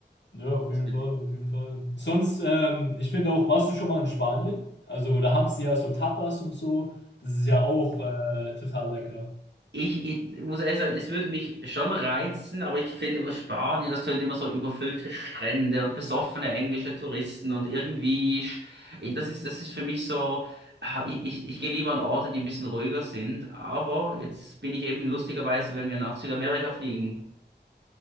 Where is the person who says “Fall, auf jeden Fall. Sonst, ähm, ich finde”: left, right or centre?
Left